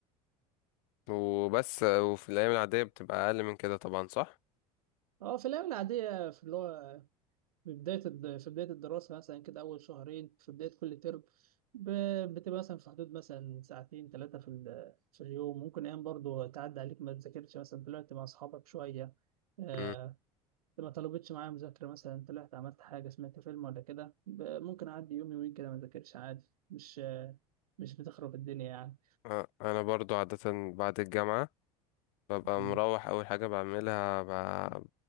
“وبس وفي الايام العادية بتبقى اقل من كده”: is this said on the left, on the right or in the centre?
Left